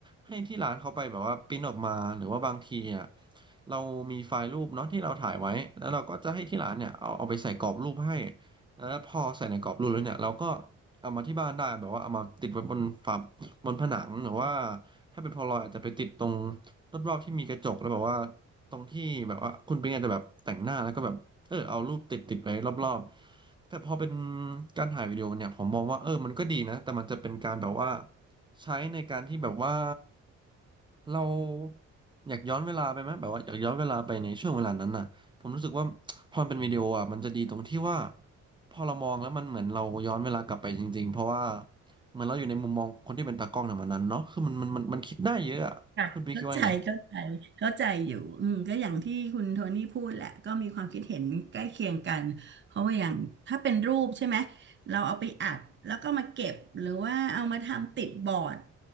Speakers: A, on the right; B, on the right.
A: ให้ที่ร้านเขาไปแบบว่าปริ้นออกมาหรือว่าบางทีอ่ะเรามีไฟล์รูปเนาะที่เราถ่ายไว้แล้วเราก็จะให้ที่ร้านเนี่ยเอาเอาไปใส่กรอบรูปให้ อ่าพอใส่ในกรอบรูปแล้วเนี่ยเราก็เอามาที่บ้านได้แบบว่าเอามาติดไว้บนฝาบนผนังหรือว่าถ้าเป็นพอลรอยอาจจะไปติดตรงรอบๆที่มีกระจกแล้วแบบว่าตรงที่แบบว่าคุณเป็นไงจจะแบบแต่งหน้าแล้วก็แบบเออเอารูปติดติดไว้รอบๆแต่พอเป็นการถ่ายวิดีโอเนี่ยผมมองว่าเออมันก็ดีนะแต่มันจะเป็นการแบบว่าใช้ในการที่แบบว่าเราอยากย้อนเวลาไปไหมแบบว่าอยากย้อนเวลาไปในช่วงเวลานั้นน่ะผมรู้สึกว่าพอมันเป็นวิดีโออ่ะมันจะดีตรงที่ว่า พอเรามองแล้วมันเหมือนเราย้อนเวลากลับไปจริงๆ เพราะว่าเหมือนเราอยู่ในมุมมองคนที่เป็นตากล้องในวันนั้นเนาะคือมันมันมันมันคิดได้เยอะอะคุณพี่คิดว่าไง
B: ค่ะเข้าใจเข้าใจเข้าใจอยู่อืมก็อย่างที่คุณโทนี่พูดแหละก็มีความคิดเห็นใกล้เคียงกันเพราะว่าอย่างถ้าเป็นรูปใช่ไหมเราเอาไปอัดแล้วก็มาเก็บหรือว่าเอามาทำติดบอร์ด